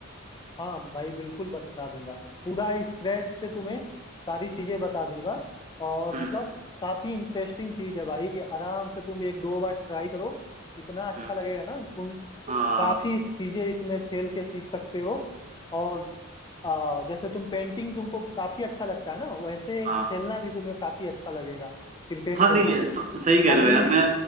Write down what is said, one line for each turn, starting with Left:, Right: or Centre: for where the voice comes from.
Left: हाँ भाई बिल्कुल बता दूंगा पूरा स्क्रैच से तुम्हें सारी चीजें बता दूंगा और
Right: हम्म
Left: मतलब काफी इंटरेस्टिंग चीज है भाई आराम से तुम एक दो बार ट्राई करो इतना अच्छा
Right: हम्म
Left: लगेगा ना तुम
Right: हाँ
Left: काफी चीजें इसमें खेल के सीख सकते हो और आ, जैसे तुम पेंटिंग तुमको काफी अच्छा लगता है ना वैसे
Right: हाँ
Left: खेलना भी तुम्हें काफी अच्छा लगेगा क्रिकेट
Right: हाँ
Left: खेलना
Right: नहीं ये तो सही कह
Left: बाकी
Right: रहे हो यार मैं